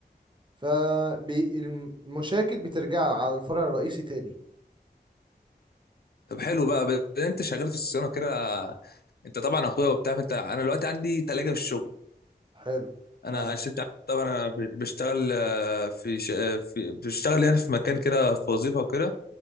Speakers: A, on the right (about 30°); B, on the left (about 65°).
A: فالمشاكل بترجع على الفرع الرئيسي تاني
B: طب حلو بقى بس انت شغال في الصيانه كده انت طبعا اخويا وبتاع فانت انا دلوقتي عندي تلاجة في الشغل
A: حلو
B: انا
A: مالها
B: عشان انت عارف طبعا انا ب- بشتغل آه، في, ش... آه، في بشتغل يعني في مكان كده في وظيفه وكده